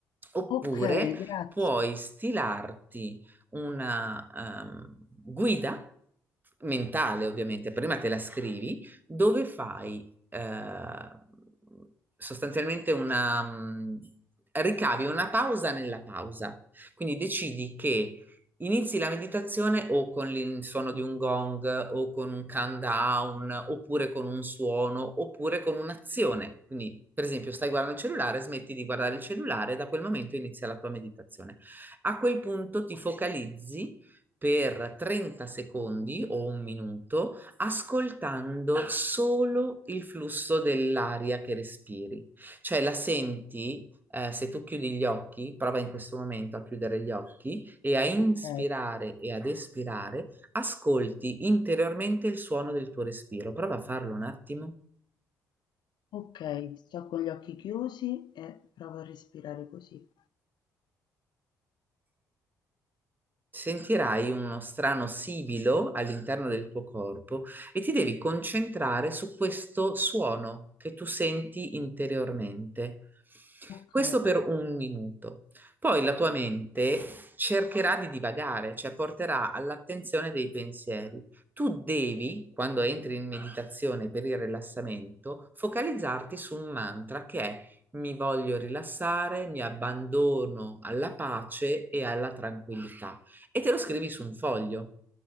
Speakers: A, on the right; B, on the left.
A: oppure
B: Ok, grazie.
A: puoi stilarti una ehm, guida mentale ovviamente, prima te la scrivi, dove fai eh, sostanzialmente una, mh, ricavi una pausa nella pausa. Quindi decidi che inizi la meditazione o con il suono di un gong o con un countdown oppure con un suono oppure con un'azione. Quindi, per esempio, stai guardando il cellulare, smetti di guardare il cellulare, e da quel momento inizia la tua meditazione. A quel punto ti focalizzi per 30 secondi o un minuto ascoltando solo il flusso dell'aria che respiri. Cioè la senti, eh, se tu chiudi gli occhi, prova in questo momento a chiudere gli occhi e a inspirare
B: Ok,
A: e ad espirare, ascolti interiormente il suono del tuo respiro. Prova a farlo un attimo.
B: ok, sto con gli occhi chiusi e provo a respirare così.
A: Sentirai uno strano sibilo all'interno del tuo corpo e ti devi concentrare su questo suono che tu senti interiormente.
B: Ok,
A: Questo per un minuto. Poi la tua mente cercherà di divagare, cioè porterà all'attenzione dei pensieri. Tu devi, quando entri in meditazione per il rilassamento, focalizzarti su un mantra che è mi voglio rilassare, mi abbandono alla pace e alla tranquillità e te lo scrivi su un foglio,